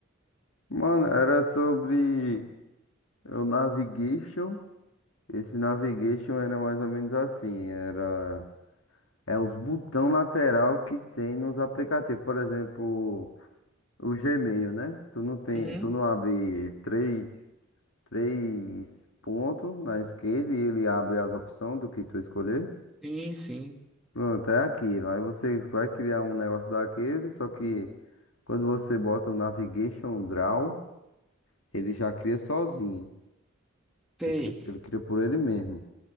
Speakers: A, on the left (about 70°); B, in the centre.
A: Mano, era sobre o navigation. Esse navigation era mais ou menos assim, era é os botão lateral que tem nos aplicativos, por exemplo, o Gmail, né? Tu não tem,
B: Uhum.
A: tu não abre três, três pontos na esquerda e ele abre as opções do que tu escolher.
B: Sim, sim.
A: Pronto, é aquilo. Aí você vai criar um negócio daquele, só que quando você bota o navigation draw, ele já cria sozinho.
B: Sei.
A: Ele, cri- ele cria por ele mesmo.